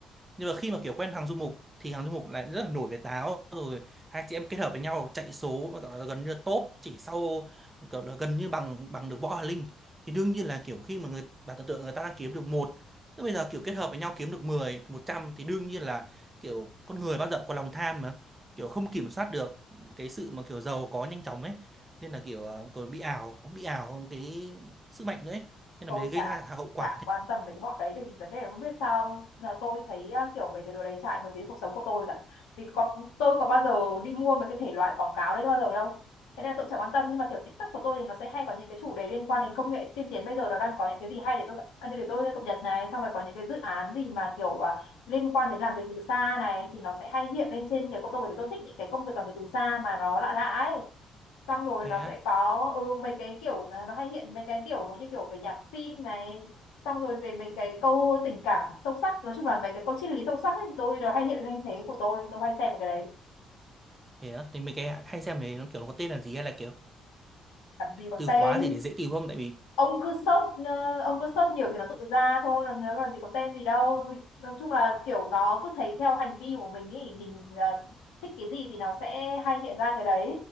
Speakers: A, on the right (about 25°); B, on the left (about 80°).
A: nhưng mà khi mà kiểu quen hàng du mục thì hàng du mục lại rất là nổi về táo rồi hai chị em kết hợp với nhau chạy số mà gọi là gần như là top chỉ sau kiểu là gần như bằng bằng được Võ Hà Linh thì đương nhiên là kiểu khi mà người bạn tưởng tượng người ta đang kiếm được một tức bây giờ kiểu kết hợp với nhau kiếm được mười một trăm thì đương nhiên là kiểu con người bao giờ có lòng tham mà kiểu không kiểm soát được cái sự mà kiểu giàu có nhanh chóng ấy nên là kiểu ờ, còn bị ảo bị ảo cái sức mạnh đấy nên là
B: tôi
A: mới gây
B: chả
A: ra hậu quả
B: chả quan tâm về cái bọn đấy bởi vì vấn đề là không biết sao là tôi thấy à, kiểu mấy cái đồ đấy chả ảnh hưởng đến cuộc sống của tôi cả vì có, tôi có bao giờ đi mua mấy cái thể loại quảng cáo đấy bao giờ đâu thế nên là tôi cũng chả quan tâm nhưng mà kiểu TikTok của tôi thì nó sẽ hay có những cái chủ đề liên quan đến công nghệ tiên tiến bây giờ nó đang có những cái gì hay để tôi à, để tôi cập nhật này xong rồi có những cái dự án gì mà kiểu à, liên quan đến làm việc từ xa này thì nó sẽ hay hiện lên trên cái của tôi bởi vì tôi thích những cái công việc làm việc từ xa mà nó lạ lạ ấy xong rồi
A: thế
B: nó
A: á
B: sẽ có ừ, mấy cái kiểu à, nó hay hiện mấy cái kiểu như kiểu về nhạc phim này xong rồi về mấy cái câu tình cảm sâu sắc nói chung là mấy cái câu triết lý sâu sắc ấy tôi nó hay hiện lên thế của tôi tôi hay xem vào cái đấy
A: thế á thì mấy cái hay xem mấy nó kiểu nó có tên là gì hay là kiểu
B: làm gì có
A: từ
B: tên
A: khóa gì để dễ tìm không tại vì
B: ông cứ search ờ, ông cứ search nhiều thì nó tự ra thôi làm làm gì có tên gì đâu nói chung là kiểu nó cứ thấy theo hành vi của mình ý mình ờ, thích cái gì thì nó sẽ hay hiện ra cái đấy